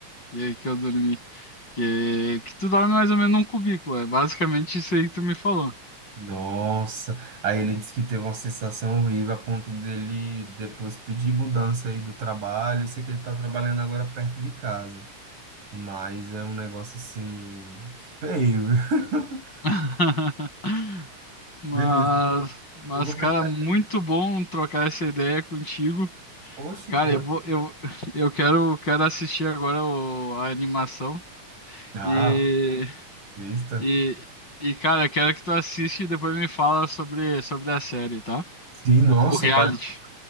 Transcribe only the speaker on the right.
Nossa, aí ele disse que teve uma sensação horrível a ponto dele depois pedir mudança aí do trabalho. Eu sei que ele tá trabalhando agora perto de casa, mas é um negócio assim feio. viu? <laughs>
Beleza, cara.
Eu vou
precisar.
Oxe,
de bom.
Ah,
lista.
Sim, nossa,
pare-